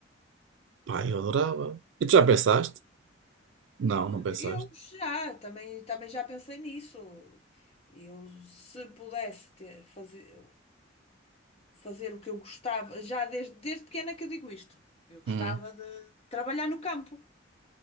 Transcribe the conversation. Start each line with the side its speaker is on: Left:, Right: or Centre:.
Right: pá,
Left: Olha,
Right: eu adorava. E tu já pensaste? Não,
Left: olha,
Right: não pensaste.
Left: eu já, também, também já pensei nisso. Eu, se pudesse ter, fazer, fazer o que eu gostava, já desde, desde pequena que eu digo isto. Eu gostava
Right: Hum.
Left: de trabalhar no campo.